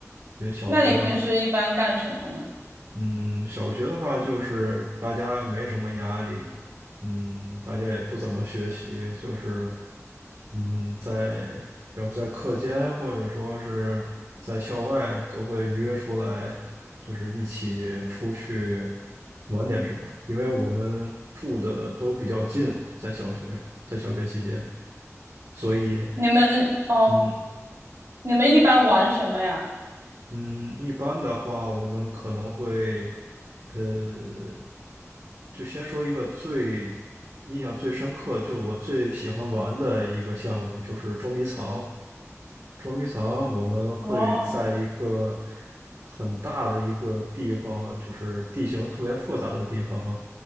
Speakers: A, on the right; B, on the right.
A: 因为小学的话。
B: 那你平时一般干什么呢？
A: 嗯，小学的话就是大家没什么压力，嗯，大家也不怎么学习，就是嗯，在比如在课间或者说是在校外都会约出来，就是一起出去玩点什么，因为我们住的都比较近，在小学在小学期间，所以。
B: 你们哦，
A: 嗯，
B: 你们一般玩什么呀？
A: 嗯，一般的话，我们可能会，呃，就先说一个最印象最深刻的，就是我最喜欢玩的一个项目，就是捉迷藏。捉迷藏，我们会在一个
B: 哦
A: 很大的一个地方，就是地形特别复杂的地方